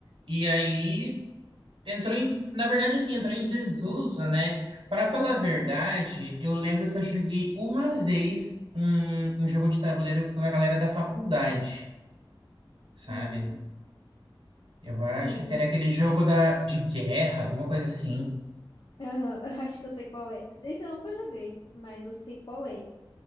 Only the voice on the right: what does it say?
e aí entrou em. Na verdade, assim, entrou em desuso, né? Para falar a verdade,
eu lembro que eu joguei uma vez um, um jogo de tabuleiro com a galera da faculdade, sabe?
Eu
acho que era aquele jogo da, de guerra, alguma coisa assim.